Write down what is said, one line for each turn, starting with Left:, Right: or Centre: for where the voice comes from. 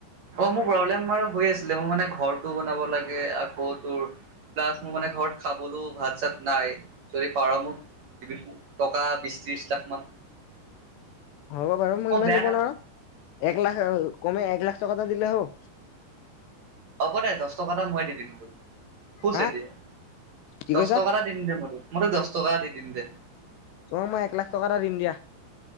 Right: অঁ মোৰ প্ৰব্লেম বাৰু হৈ আছিলে, মোৰ মানে ঘৰটো বনাব লাগে আকৌ তোৰ প্লাছ মোৰ মানে ঘৰত খাবলও ভাত- চাত নাই। যদি পাৰ মোক দিবি চোন টকা বিশ - ত্ৰিশ লাখ মান।
Left: হ'ব বাৰু, মই ইমান
Right: বেয়া
Left: দিব
Right: না
Left: নোৱাৰো, এক লাখ এও কমে এক লাখ টকা এটা দিলে হ'ব?
Right: হ'ব দে দশ টকা টা মই দি দিম তোক, খোচ
Left: হা
Right: এতিয়া,
Left: কি
Right: দশ
Left: কৈছা
Right: টকা টা <unintelligible> মই তোক দশ টকা দি দিম দে।
Left: তোমাক মই একলাখ টকা এটা দিম দিয়া।